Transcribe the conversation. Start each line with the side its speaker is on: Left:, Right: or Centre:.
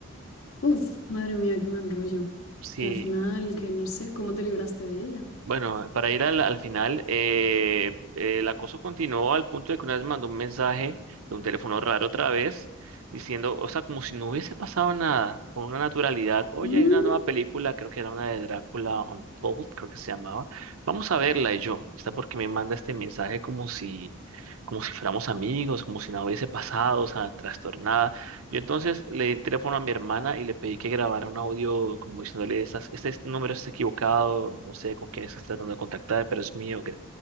Left: Uf, madre mía, qué mal rollo.
Right: Sí,
Left: Y al final, que no sé, ¿cómo te libraste de ella?
Right: Bueno, para ir al, al final, eh, eh, el acoso continuó al punto de que una vez mandó un mensaje de un teléfono raro otra vez, diciendo, o sea, como si no hubiese pasado nada, con una naturalidad. Oye,
Left: Mm,
Right: hay una nueva película, creo que era una de Drácula Untold, creo que se llamaba. Vamos a verla y yo, está porque me manda este mensaje como si, como si fuéramos amigos, como si nada hubiese pasado, o sea, trastornada. Yo entonces le di el teléfono a mi hermana y le pedí que grabara un audio como diciéndole, "Estás- este es- número está equivocado, no sé con quién estás tratando de contactar, pero es mío. que-".